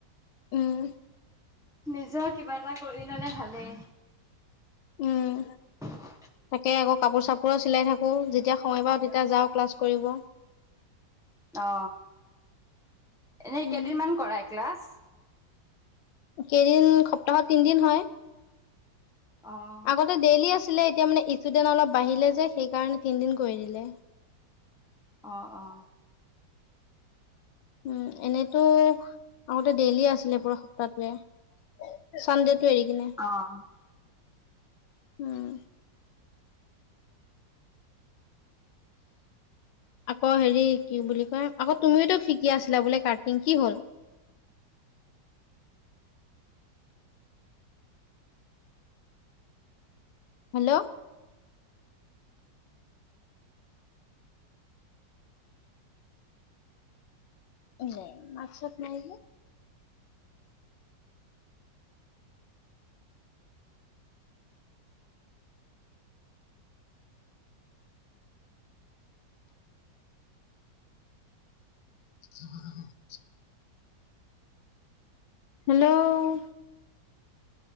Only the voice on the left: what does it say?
উম
উম
তাকে আকৌ কাপোৰ চাপোৰো চিলাই থাকো যেতিয়া সময় পাওঁ তেতিয়া যাওঁ ক্লাছ কৰিব
উম,
কেইদিন সপ্তাহত তিনদিন হয়
আগতে ডেইলি আছিলে এতিয়া মানে ষ্টুডেণ্ট অলপ বাঢ়িলে যে সেইকাৰণে তিনদিন কৰি দিলে
উম এনেতো আগতে ডেইলিয়ে আছিলে পুৰা সপ্তাহটোৱে চান ডেটো এৰি কিনে
উম
আকৌ হেৰি কি বুলি কয় আকৌ তুমিওতো শিকি আছিলা বোলে ক্টিং কি হ'ল। হেল্ল' নাই মাত ছাত নাই যে। উ হেল্ল'